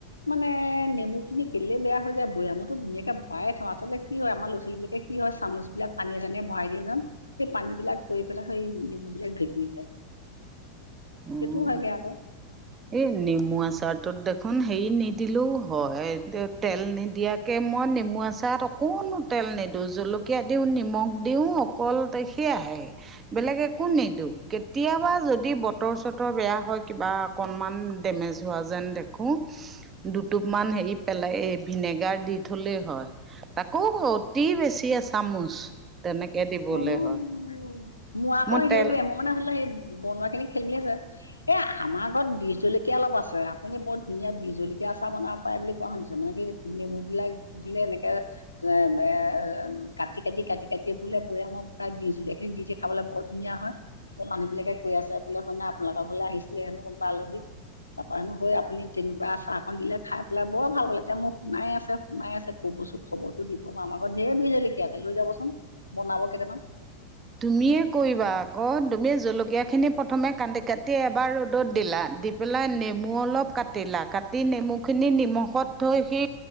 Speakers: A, on the left; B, on the right.
A: মানে নেমু খিনি কেলেই বেয়া হৈ যায় বৈয়ামুতো ধুনীয়াকে ভৰায়ে থওঁ আচলতে কি হয় আমাৰ লৰা ছোৱালী বিলাকে কি হয় চামুচ বিলাক পানীয়ে চানীয়ে ভৰাই দিয় যাম সেই পানী বিলাক গৈ পেলাই সেই নেমু বিলাক ভেঁকুৰি যায়।
B: উম।
A: সেইটো হয়গৈ আকৌ
B: এই নেমু আচাৰটোত দেখোন হেৰি নিদিলেও হয় তেল নিদিয়াক তাকে মই নেমু আচাৰত অকণো তেল নিদিওঁ জলকীয়া দিওঁ নিমখ দিওঁ কল সেয়াহে, বেলেগ একো নিদিওঁ কেতিয়াবা যদি ব বতৰ - চতৰ বেয়া হয় কিবা অকনমান ডেমেজ হোৱা যেন দেখো দুটোপ মান হেৰি পেলাই এই ভিনেগাৰ দি থলেই হয়। তাকৌ অতি বেছি এ চামুচ। তেনেকৈ দিবলৈ
A: উম
B: হয়
A: মোৰ আকৌ
B: মই তেল
A: সেইটোৱে মই মানে আচলতে সেই বনোৱা খিনি খেলমি আছে। এই আমাৰ ঘৰত বিজ জলকীয়া অলপ আছে আপুনি বৰ ধুনীয়া বজ জলকীয়া চাহ বনাব পায় বুলি কোৱা শুনিছো মানে কি নেমু বিলাক বোলে এনেকে এ এ কাটি কাটি কাটি কাটি বোলে বৈআমত ঘৰা দিো এইখিনি দি দি খাবলৈ বৰ ধুনীয়া হয় সেই মানুহ বিলাকে কৈ আছে <inaudible> বোলে শুনে আপোনালোকৰ ঘাললে আহিছিলে হেনো কোনোবা আলহী তাৰপৰানো হৈ আপুনি তেনেকুৱা আচাৰকন দিলে খাই পেলাই বৰ ভাল পালে এতিয়া মোক শুনাই আছে শুনাই আছে ক'ব চোন খবৰটো দিব আমাৰ ঘৰত ঢেৰ বিল জলকীয়া আছে লৈ যাবচোন বনাব কেইটামান।
B: <inaudible> তুমিয়ে কৰিবা আকৌ তুমি জলকীয়াখিনি প্ৰথমে কাটি - কাটি এবাৰ ৰ'দত দিলা পেলাই নেমু অলপ কাটিলা কাটি নেমু খিনি নিমখত থৈ সি